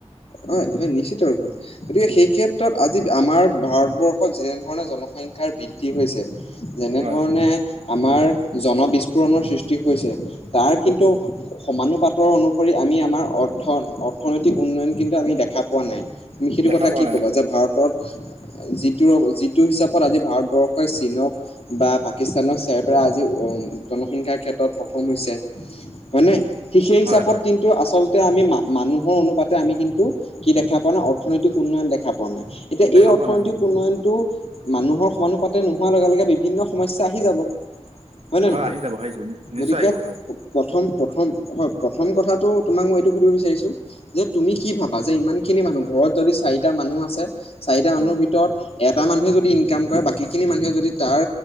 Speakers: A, on the left; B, on the right.
A: হয় এইটো নিশ্চিত ৰূপে হয়। গতিকে, সেই ক্ষেত্ৰত আজি আমাৰ ভাৰতবৰ্ষত যেনেধৰণে জনসংখ্যাৰ বৃদ্ধি হৈছে। যেনেধৰণে
B: হয় হয়
A: আমাৰ জনবিস্ফোৰণৰ সৃষ্টি হৈছে। তাৰ কিন্তু সমানুপাতৰ অনুসৰি, আমি আমাৰ অৰ্থ অৰ্থনৈতিক উন্নয়ন কিন্তু আমি দেখা পোৱা নাই। তুমি সেইটো
B: দেখা
A: কথা
B: পোৱা
A: কি
B: নাই
A: ক'বা? যে ভাৰত তত যিটোৰ যিটো হিচাপত আজি ভাৰতবৰ্ষই চীনক বা পাকিস্তানক চেৰপেলাই আজি অ' উম, জনসংখ্যাৰ ক্ষেত্ৰত প্ৰথম হৈছে, হয় নাই। ঠিক সেই হিচাপত
B: হয় হয়
A: কিন্তু আচলতে, আমি মা মানুহৰ অনুপাতে আমি কিন্তু কি দেখা পোৱা নাই? অৰ্থনৈতিক উন্নয়ন দেখা পোৱা নাই। এতিয়া
B: দেখা
A: এই অৰ্থনৈতিক
B: পোৱা নাই হয়
A: উন্নয়নটো মানুহৰ সমানুপাতে নোহোৱাৰ লগে লগে বিভিন্ন সমস্যা আহি যাব। হয়নে
B: হয়
A: নহয়?
B: আহি যাব আহি যাব
A: গতিকে
B: নিশ্চয় আহিব হয়
A: প্ৰথম প্ৰথম হয়, প্ৰথম কথাটো তোমাক মই এইটো সুধিব বিচাৰিছোঁ যে তুমি কি ভাবা? যে ইমান খিনি মানুহ, ঘৰত যদি চাৰিটা মানুহ আছে চাৰিটা মানুহৰ
B: হয়
A: ভিতৰত এটা মানুহে যদি ইনকাম কৰে বাকীখিনি মানুহে যদি তাৰ